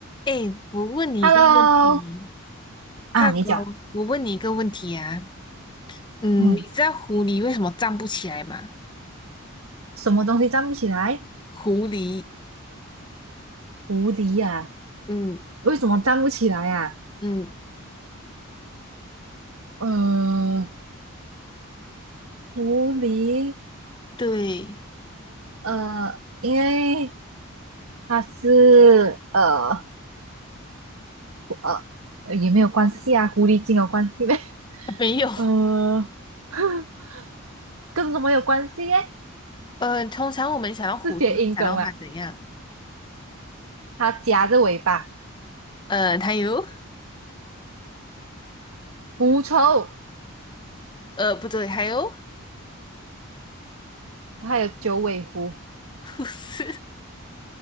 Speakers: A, on the left; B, on the right.
A: 哎，我问你一个问题
B: Hello，啊，
A: ，Hello，
B: 你讲，
A: 我问你一个问题啊，嗯，
B: 嗯，
A: 你知道狐狸为什么站不起来吗？
B: 什么东西站不起来？
A: 狐狸，
B: 狐狸呀、
A: 嗯
B: 为什么站不起来呀、
A: 嗯，
B: 呃，狐狸，
A: 对，
B: 呃，因为它是，呃，呃，也没有关系啊，狐狸精有关系呗？
A: <laughs> 没有，
B: <laughs> 呃，<laughs> 跟什么有关系耶？
A: 呃，通常我们想到狐狸会想到它怎样？
B: 是谐音梗嘛？它夹着尾巴，
A: 呃，它有，
B: 狐臭，
A: 呃，不对，还有，
B: 还有九尾狐，
A: <laughs> 不是，